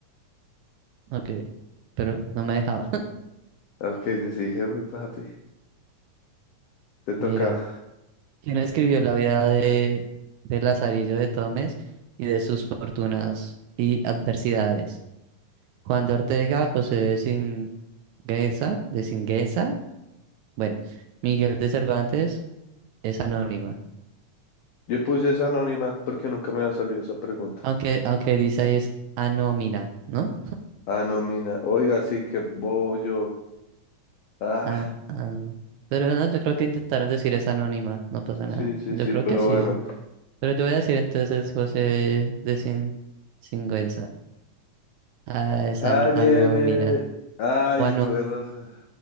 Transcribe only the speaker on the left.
Ah, Ok, yo sí dije, uy, papi,
te toca.
Yo puse esa anónima porque nunca me ha salido esa pregunta.
Ah, no, mina. Oiga, sí que bollo. Ah,
sí,
sí,
sí,
pero
bueno.
Ah,
bien,
bien. Ay,
tuve razón.